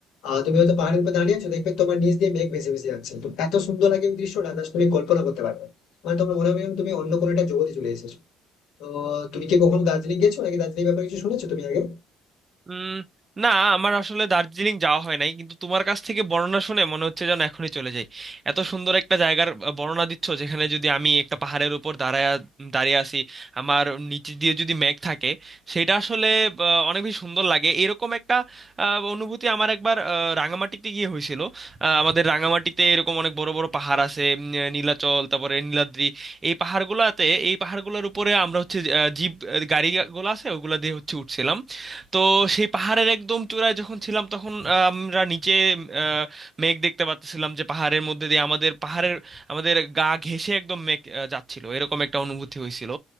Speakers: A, on the left; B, on the right.
A: আহ তুমি হয়তো পাহাড়ের উপর দাঁড়িয়ে আছো দেখবে তোমার নিচ দিয়ে মেঘ ভেসে ভেসে যাচ্ছে তো এত সুন্দর লাগে ওই দৃশ্যটা জাস্ট তুমি কল্পনা করতে পারবে না। মানে তোমার মনে হবে যেন তুমি অন্য কোনো একটা জগতে চলে এসেছো তো তুমি কি কখনো দার্জিলিং গেছো নাকি দার্জিলিং ব্যাপারে কিছু শুনেছো তুমি আগে
B: উম না আমার আসলে দার্জিলিং যাওয়া হয় নাই কিন্তু তোমার কাছ থেকে বর্ণনা শুনে মনে হচ্ছে যেন এখনই চলে যাই এত সুন্দর একটা জায়গার আহ, বর্ণনা দিচ্ছ যেখানে যদি আমি একটা পাহাড়ের উপর দাঁড়ায় দাঁড়িয়ে আছি আমার নিচে দিয়ে যদি মেঘ থাকে সেটা আসলে আহ, অনেক বেশি সুন্দর লাগে এরকম একটা আহ, অনুভূতি আমার একবার আহ, রাঙামাটিতে গিয়ে হয়েছিল আহ, আমাদের রাঙামাটিতে এরকম অনেক বড় বড় পাহাড় আছে উম, আহ, নীলাচল তারপরে নীলাদ্রি এই পাহাড়গুলোতে এই পাহাড়গুলোর উপরে আমরা হচ্ছে আহ, জিপ আহ, গাড়িগুলো আছে ওগুলা দিয়ে হচ্ছে উঠছিলাম তো সেই পাহাড়ের একদম চূড়ায় যখন ছিলাম তখন আহ, আমরা নিচে আহ, মেঘ দেখতে পাচ্ছিলাম যে পাহাড়ের মধ্যে দিয়ে আমাদের পাহাড়ের আমাদের গা ঘেঁষে একদম মেঘ আহ, যাচ্ছিল এরকম একটা অনুভূতি হয়েছিল